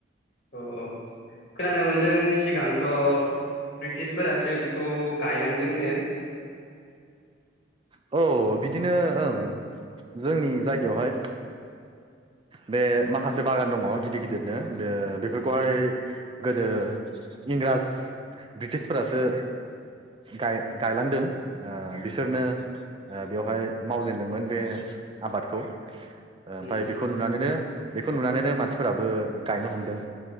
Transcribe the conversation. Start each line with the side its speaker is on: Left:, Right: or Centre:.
Left: अ अ खोनानो मोन्दों सिगांथ' ब्रिटिसफोरासो बिखौ गायलांदोंनो
Right: हो ओ औ बिदिनो ओं जोंनि जायगायावहाय बे माखासे बागान दङ गिदिर गिदिरनो बे बेफोरखौहाय
Left: उम
Right: गोदो इंराज ब्रिटिसफोरासो गाय गायलांदों ओ बिस सोरनो ओ बेवहाय मावजेनदोंमोन बे आबादखौ ओ ओमफाय
Left: उम
Right: बेखौ नुनानैनो बेखौ नुनानैनो मानसिफोराबो गायनो हमदों